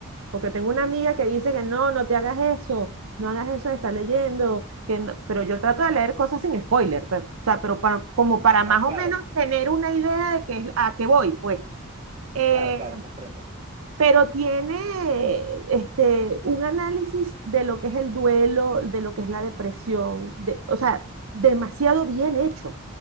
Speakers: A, on the right; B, on the right.
A: porque tengo una amiga que dice que no, no te hagas eso, no hagas eso de estar leyendo, que no- pero yo trato de leer cosas sin spoiler, pe- o sea, pero para- como para
B: Ah,
A: más
B: claro,
A: o menos tener una idea de qué es, a qué voy, pues. Eh,
B: claro, claro, comprendo.
A: pero tiene este, un análisis de lo que es el duelo, de lo que es la depresión, de, o sea, demasiado bien hecho,